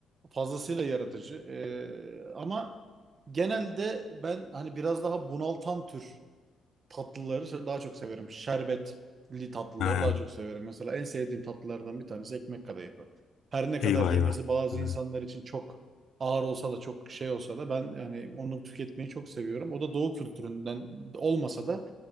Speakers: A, on the right (about 45°); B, on the left (about 70°).
A: Fazlasıyla yaratıcı. E, ama genelde ben hani biraz daha bunaltan tür tatlıları se- daha çok severim. Şerbetli tatlıları
B: Ha,
A: daha çok severim. Mesela en sevdiğim tatlılardan bir tanesi ekmek kadayıfı. Her ne kadar
B: eyvah
A: yemesi
B: eyvah.
A: bazı
B: Ha,
A: insanlar için çok ağır olsa da çok şey olsa da ben yani onu tüketmeyi çok seviyorum. O da doğu kültüründen olmasa da